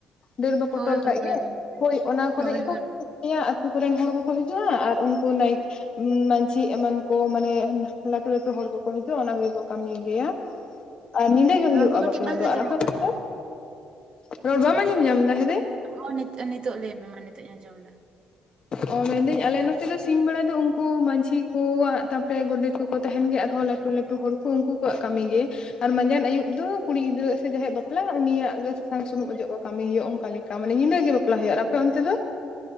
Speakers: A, on the left; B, on the right.
A: ᱰᱟᱹᱨ ᱵᱟᱠᱚ
B: ᱦᱳᱭ
A: ᱛᱚᱞ
B: ᱦᱳᱭ
A: ᱠᱟᱜ
B: ᱦᱳᱭ
A: ᱜᱮᱭᱟ ᱦᱳᱭ ᱚᱱᱟ ᱠᱚᱨᱮᱜ
B: ᱦᱳᱭ
A: ᱜᱮᱠᱚ
B: ᱦᱳᱭ
A: <inaudible> ᱢᱤᱭᱟ ᱟᱨ ᱠᱚ ᱛᱩ ᱨᱮᱱ ᱦᱚᱲ ᱠᱚᱠᱚ ᱦᱤᱡᱩᱜᱼᱟ ᱟᱨ ᱩᱱᱠᱩ ᱱᱟᱭ ᱢᱟᱹᱡᱷᱤ ᱮᱢᱟᱱ ᱠᱚ ᱢᱟᱱᱮ ᱞᱟᱹᱴᱩ ᱞᱟᱹᱴᱩ ᱦᱚᱲ ᱠᱚᱠᱚ ᱦᱤᱡᱩᱜᱼᱟ ᱚᱱᱟ ᱠᱚᱜᱮ ᱠᱟᱹᱢᱤ ᱜᱮᱭᱟ ᱟᱨ ᱧᱤᱫᱟᱹ ᱜᱮ ᱦᱩᱭᱩᱜᱼᱟ
B: ᱨᱚᱲ ᱠᱚ ᱠᱟᱹᱴᱤᱡ
A: ᱵᱟᱯᱞᱟ
B: ᱵᱟᱝ
A: ᱫᱚ᱾
B: ᱟᱸᱡᱚᱢᱚᱜ
A: ᱟᱨ ᱟᱯᱮ ᱚᱱᱛᱮ
B: ᱠᱟᱱᱟ᱾
A: ᱫᱚ? ᱨᱚᱲ ᱵᱟᱢ ᱟᱸᱡᱚᱢ ᱧᱟᱢᱫᱟ ᱦᱮ ᱫᱟᱹᱭ?
B: ᱦᱚᱸ ᱱᱤᱛ ᱱᱤᱛᱚᱜ ᱞᱟᱹᱭᱢᱮ ᱢᱟ ᱱᱤᱛᱚᱜ ᱤᱧ ᱟᱸᱡᱚᱢᱫᱟ
A: ᱚ ᱢᱮᱱᱫᱟᱹᱧ ᱟᱞᱮ ᱱᱚᱛᱮ ᱫᱚ ᱥᱤᱧ ᱵᱮᱲᱟ ᱫᱚ ᱩᱱᱠᱩ ᱢᱟᱹᱡᱷᱤ ᱠᱚᱣᱟᱜ ᱛᱟᱯᱚᱨᱮ ᱜᱚᱰᱮᱛ ᱠᱚᱠᱚ ᱛᱟᱦᱮᱱ ᱜᱮᱭᱟ ᱟᱨᱦᱚᱸ ᱞᱟᱹᱠ ᱴᱩ ᱞᱟᱹᱴᱩ ᱦᱚᱲ ᱠᱚ ᱩᱱᱠᱩᱣᱟᱜ ᱠᱟᱹᱢᱤ ᱜᱮ ᱟᱨ ᱢᱟᱸᱡᱟᱱ ᱟᱹᱭᱩᱵ ᱫᱚ ᱠᱩᱲᱤ ᱜᱤᱫᱽᱨᱟᱹ ᱥᱮ ᱡᱟᱦᱟᱸᱭ ᱭᱟᱜ ᱵᱟᱯᱞᱟ ᱩᱱᱤᱭᱟᱜ ᱜᱮ ᱥᱟᱥᱟᱝ ᱥᱩᱱᱩᱢ ᱚᱡᱚᱜ ᱠᱚ ᱠᱟᱹᱢᱤ ᱦᱩᱭᱩᱜᱼᱟ ᱚᱱᱠᱟ ᱞᱮᱠ ᱠᱟ ᱢᱟᱱᱮ ᱧᱤᱫᱟᱹ ᱜᱮ ᱵᱟᱯᱞᱟ ᱦᱩᱭᱩᱜᱼᱟ᱾ ᱟᱨ ᱟᱯᱮ ᱚᱱᱛᱮ ᱫᱚ?